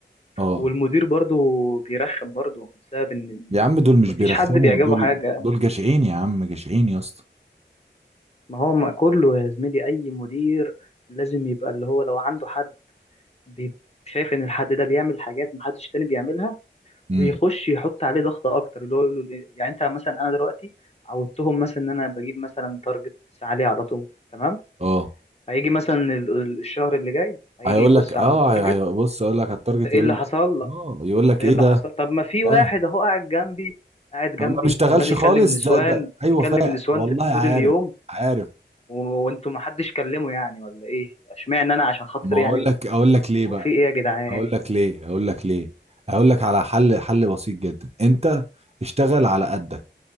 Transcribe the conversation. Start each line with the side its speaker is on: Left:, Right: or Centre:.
Right: اه
Left: والمدير برضه بيرخم برضه بسبب ان
Right: يا عم دول مش
Left: مفيش
Right: بيرخموا
Left: حد بيعجبه
Right: دول
Left: حاجة
Right: دول جشعين يا عم جشعين يا اسطى
Left: ما هو ما كله يا زميلي اي مدير لازم يبقى اللي هو لو عنده حد بي- شايف ان الحد ده بيعمل حاجات محدش تاني بيعملها
Right: امم.
Left: بيخش يحط عليه ضغط اكتر اللي هو يقول له ليه- يعني انت مثلا انا دلوقتي عودتهم مثلا ان انا بجيب مثلا تارجت عليه على طول تمام
Right: اه
Left: هيجي مثلا ال- ال- الشهر اللي جاي هيجي
Right: هيقول
Left: يبص
Right: لك اه
Left: على التارجت
Right: هي- هي- بص اقول لك على التارجت
Left: إنت ايه
Right: يقول
Left: اللي
Right: لك
Left: حصل
Right: اه يقول
Left: انت
Right: لك
Left: ايه
Right: ايه
Left: اللي
Right: ده
Left: حصل طب ما في
Right: فاهم
Left: واحد اهو قاعد جنبي قاعد جنبي
Right: آه، ما بيشتغلش
Left: عمال يكلم
Right: خالص
Left: نسوان
Right: ده ده ايوه
Left: يكلم
Right: فاهم
Left: نسوان
Right: والله
Left: في
Right: عارف
Left: طول اليوم
Right: عارف
Left: و... وانتوا ما حدش كلمه يعني ولا ايه اشمعنى انا عشان خاطر
Right: ما
Left: يعني
Right: اقول
Left: بقى
Right: لك اقول لك ليه
Left: هو
Right: بقى
Left: في ايه يا جدعان
Right: اقول لك ليه اقول لك ليه اقول لك على حل حل بسيط جدا انت اشتغل على قدك